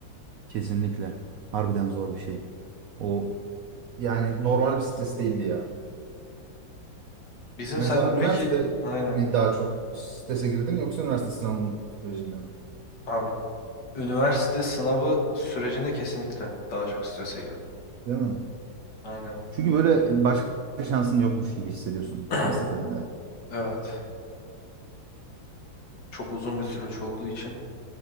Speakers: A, on the right; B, on the left.
A: Kesinlikle. Harbiden zor bir şey. O Yani normal bir stres değildi ya.
B: Bizim
A: Mesela
B: sende peki
A: üniversitede
B: aynen
A: mi daha çok strese girdin yoksa üniversite sınavının sürecinde mi?
B: abi üniversite sınavı sürecinde kesinlikle daha çok strese girdim.
A: Değil mi?
B: Aynen.
A: Çünkü böyle başka şansın yokmuş gibi hissediyorsun
B: <clears throat>
A: her seferinde.
B: Evet. Çok uzun bir süreç olduğu için.